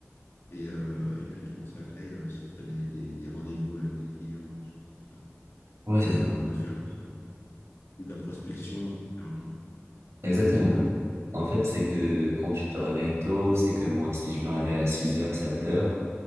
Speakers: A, on the left; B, on the right.
A: et, euh, et puis de consacrer euh, si tu as des, des, des rendez-vous avec des clients, des choses comme ça.
B: Ouais,
A: de, de faire que ça, ou de la prospection, etc.
B: Exactement.
A: Et euh,
B: En fait, c'est que quand tu te réveilles tôt, c'est que moi, si je me réveille à 6 heures, 7 heures,